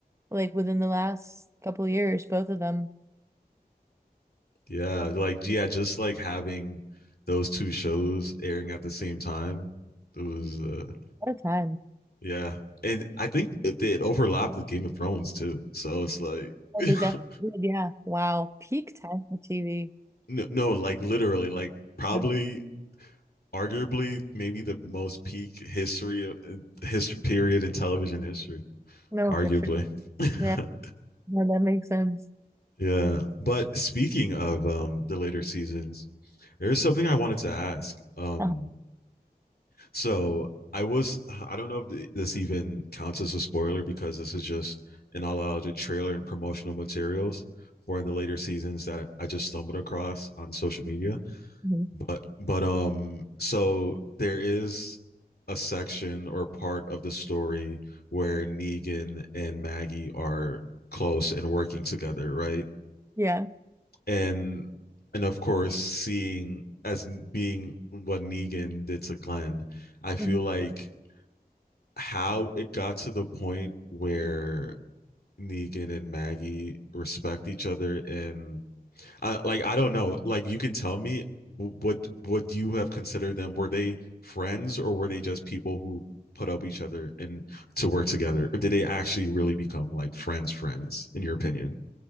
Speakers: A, on the right; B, on the left.
A: like within the last couple years, both of them.
B: Yeah, like yeah, just like having those two shows airing at the same time. It was uh
A: What a time.
B: yeah. And I think it, it overlapped with Game of Thrones too. So it's like
A: Oh, they definitely
B: <laughs>
A: did. Yeah. Wow. Peak time for TV.
B: no, no, like literally like probably
A: Yeah.
B: arguably maybe the most peak history history period in television history,
A: No,
B: arguably.
A: for sure.
B: <laughs>
A: Yeah. No, that makes sense.
B: yeah. But speaking of um the later seasons, there is something I wanted to ask. Um
A: Uh,
B: So I was, I don't know if this even counts as a spoiler because this is just an all unallocated trailer and promotional materials for in the later seasons that I just stumbled across on social media.
A: mhm.
B: But, but, um, so there is a section or part of the story where Negan and Maggie are close and working together, right?
A: Yeah.
B: And, and of course, seeing as being what Negan did to Glenn, I feel
A: Mhm.
B: like how it got to the point where Negan and Maggie respect each other and I, like I don't know. Like you can tell me w- would would you have considered them? Were they friends or were they just people who put up each other and to work together, or did they actually really become like friends? Friends, in your opinion?